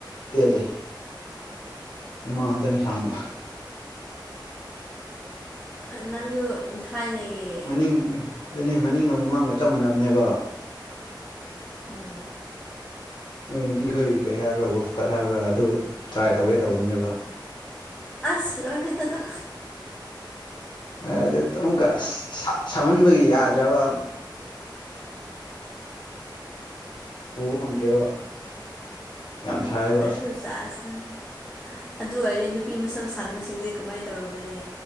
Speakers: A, on the left; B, in the centre.
A: ꯇꯦꯜꯂꯦ ꯃꯃꯥ ꯉꯥꯛꯇꯅꯤ ꯁꯥꯡꯕ
B: ꯎꯝ ꯅꯪꯁꯨ ꯊꯥꯏꯅꯒꯤ
A: ꯎꯝ ꯑꯗꯨꯅꯦ ꯃꯅꯤꯡꯒ ꯃꯃꯥꯡꯒ ꯆꯞ ꯃꯅꯕꯅꯦꯕ
B: ꯎꯝ
A: ꯅꯣꯏ ꯅꯨꯄꯤꯈꯣꯏ ꯀꯔꯤ ꯍꯥꯏꯕ꯭ꯔꯥ ꯕꯨꯐꯀꯠ ꯍꯥꯏꯕ꯭ꯔꯥ ꯑꯗꯨ ꯇ꯭ꯔꯥꯏ ꯇꯧꯒꯦ ꯇꯧꯕꯅꯦꯕ
B: ꯑꯁ ꯂꯣꯏꯔꯦ ꯗꯅꯥ
A: ꯑꯗꯨ ꯑꯃꯛꯀ ꯁꯪꯍꯟꯕꯒꯤ ꯌꯥꯗ꯭ꯔꯕ ꯄꯨꯕ ꯉꯝꯗ꯭ꯔꯦꯕ ꯌꯥꯝ ꯁꯥꯏꯕ
B: ꯅꯔꯨꯁꯥꯁꯟ ꯑꯗꯨ ꯑꯣꯏꯔꯦ ꯅꯨꯄꯤ ꯃꯁꯝ ꯁꯥꯡꯕꯁꯤꯡꯁꯦ ꯀꯃꯥꯏꯅ ꯇꯧꯔꯝꯒꯅꯤ